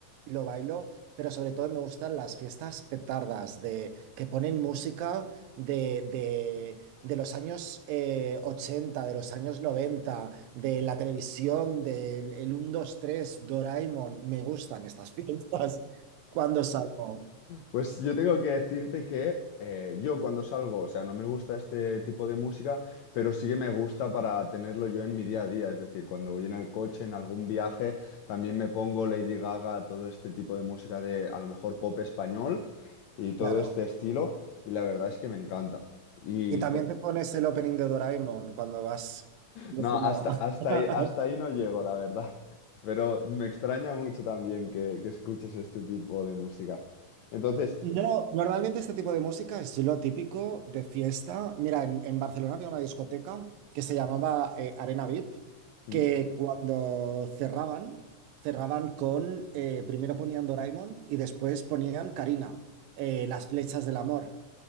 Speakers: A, on the right; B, on the left.
A: lo bailo, pero sobre todo me gustan las fiestas petardas de, que ponen música de, de los años eh, 80, de los años 90, de la televisión, del el 1, 2, 3, Doraemon. Me gustan estas <laughs> fiestas cuando salgo,
B: Pues yo tengo que decirte que eh, yo cuando salgo, o sea, no me gusta este tipo de música, pero sí que me gusta para tenerlo yo en mi día a día. Es decir, cuando voy en el coche, en algún viaje, también me pongo Lady Gaga, todo este tipo de música de a lo mejor pop español y todo
A: claro.
B: este estilo, y la verdad es que me encanta. Y
A: Y también
B: po-
A: te pones el opening de Doraemon cuando vas conduciendo.
B: no, hasta, hasta
A: <laughs>
B: ahí, hasta ahí no llego, la verdad. <laughs> Pero me extraña mucho también que, que escuches este tipo de música. Entonces...
A: No, normalmente este tipo de música es lo típico de fiesta. Mira, en, en Barcelona había una discoteca que se llamaba eh, Arena VIP,
B: ¿Mm?
A: que cuando cerraban, cerraban con, eh, primero ponían Doraemon y después ponían Karina, eh, las flechas del amor